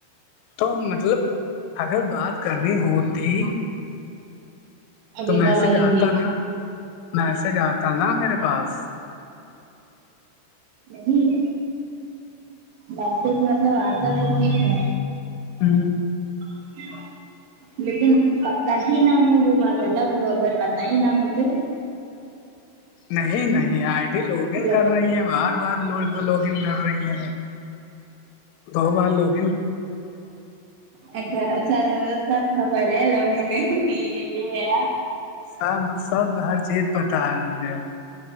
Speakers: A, on the left; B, on the right.
A: تو مطلب اگر بات کرنی ہوتی
B: علیزہ
A: تو میسج
B: والی
A: آتا
B: بھی
A: نا میسج آتا نا میرے پاس
B: نہیں ب مطلب آتا تو ٹھیک ہے
A: ہوں
B: <inaudible> لیکن پت ہی نہ ہو وہ بات الگ ہو اگر پت ہی نہ ہو تو
A: نہیں نہیں آئی ڈی لوگن
B: لوگوں
A: کر رہی ہیں بار بار لو لوگن کر رہی ہیں دو بار لوگ
B: اد اچھا س ت خبر ہے لو م نے یہ ہے
A: سب سب ہر چیز پتا ہے مجھے